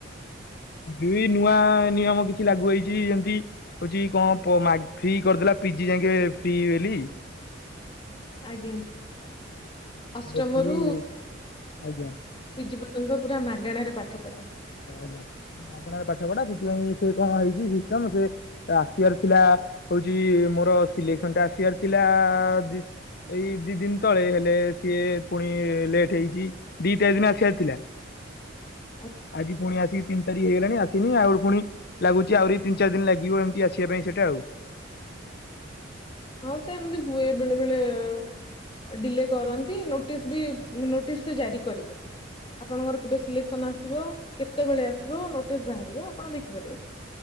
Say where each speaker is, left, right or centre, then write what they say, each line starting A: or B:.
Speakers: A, on the left (about 55°); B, on the left (about 25°).
A: ବି ନୂଆ ନିୟମ କିଛି ଲାଗୁ ହେଇଚି ଯେମିତି ହଉଚି କଁ ପ ମାଗି ଫ୍ରୀ କରିଦେଲା ପିଜି ଯାଙ୍କେ ଫ୍ରୀ ବେଲି।
B: ଆଜ୍ଞା ଅଷ୍ଟମ
A: ଫ୍ରି
B: ରୁ
A: ଆଜ୍ଞା।
B: ପିଜି ପ ଏବେପୁରା ମାଗେଣାରେ ପାଠ ପଢା।
A: ନାହିଁ। ମାଗଣାରେ ପାଠ ପଢା ସେଥିପାଇଁ ସେ କଣ ହେଇଚି ସିଷ୍ଟମ ସେ ଆସିବାର ଥିଲା ହଉଚି ମୋର ସିଲେକ୍ସନ ଟା ଆସିବାର ଥିଲା ଆ ଦି ଏଇ ଦି ଦିନ ତଳେ ହେଲେ ସିଏ ପୁଣି ଲେଟ୍ ହେଇଛି ଦିଟା ଦିନ ଆସିବାର ଥିଲା
B: ହୁଁ।
A: ଆଜି ପୁଣି ଆସିକି ତିନି ଡେରି ହେଇଗଲାଣି ଆସିନି ଆଉ ପୁଣି ଲାଗୁଛି ଆହୁରି ତିନି ଚାର ଦିନ ଲାଗିବ ଏମିତି ଆସିବା ପାଇଁ ସେଟା ଆଉ।
B: ହଁ ସେମତି ହୁଏ ବେଳେବେଳେ ଏ ଡିଲେ କରନ୍ତି, ନୋଟିସ୍ ବି ନୋଟିସ୍ ଜାରି କରିବେ। ଆପଣଙ୍କର କେବେ ସିଲେକ୍ସନ୍ ଆସିବ? କେତେବେଳେ ଆସିବ ନୋଟିସ୍ ବାହାରିବ, ଆପଣ ଦେଖିପାରିବେ